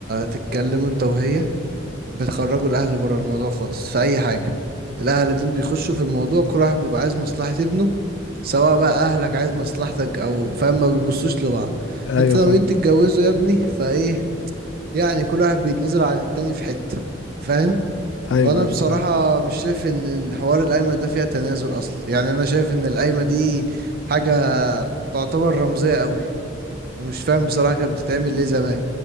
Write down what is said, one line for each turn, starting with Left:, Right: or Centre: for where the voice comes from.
Right: تتكلم انت وهي بتخرجوا الاهل بره الموضوع خالص في اي حاجه الاهل دول بيخشوا في الموضوع كل واحد بيبقى عايز مصلحه ابنه سواء بقى اهلك عايز مصلحتك او فاهم ما بيبصوش لبعض
Left: ايوه
Right: انت ناويين
Left: فاهم
Right: تتجوزوا يا ابني فايه يعني كل واحد بيتنازل عن التاني في حته فاهم
Left: ايوه
Right: وانا
Left: ايوه
Right: بصراحه
Left: فاهم
Right: مش شايف ان حوار القايمه ده فيها تنازل اصلا يعني انا شايف ان القايمه دي حاجه تعتبر رمزيه قوي ومش فاهم بصراحة كانت بتتعمل ليه زمان